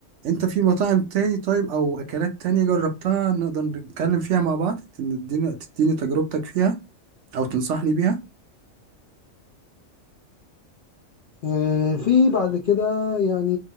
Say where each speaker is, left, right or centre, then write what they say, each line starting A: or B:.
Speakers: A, on the right (about 70°); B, on the left (about 60°).
A: انت في مطاعم تاني طيب او اكلات تانية جربتها نقدر نتكلم فيها مع بعض تديني تديني تجربتك فيها او تنصحني بيها
B: آه، في بعد كده يعني